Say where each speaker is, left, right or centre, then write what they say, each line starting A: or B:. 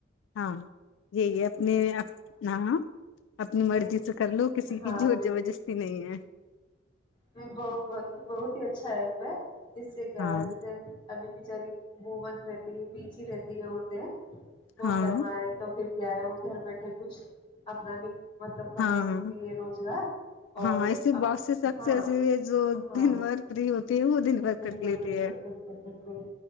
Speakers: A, on the left; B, on the left.
A: ہاں یہی اپنے ہاں اپنی مرضی
B: میں
A: سے کر لو کسی
B: ہاں
A: کی جو زبردستی نہیں ہے
B: بت یہ بہت ہی اچھا ہے ایپ ہے اس سے کیا
A: ہاں
B: ہے جیسے ابھی بچاری بومن رہتی ہے بی جی رہتی ہے اورتے وہترما
A: ہاں
B: ہے تو پھر کیا ہے وہ گھر بیٹھے کچھ اپنا بھی مطلب کما
A: ہاں
B: سکتی ہے روزگار اور
A: ہاں ایسے
B: اب
A: بہت شخص
B: ہاں
A: سے جو
B: ہاں
A: دن بار فری ہوتی ہے وہ دن بھر
B: بالکل
A: کر لیتی
B: بالکل
A: ہے
B: بالکل بالکل